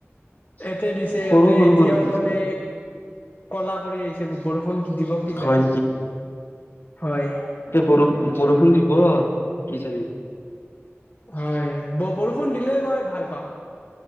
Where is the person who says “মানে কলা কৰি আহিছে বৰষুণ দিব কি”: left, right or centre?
Left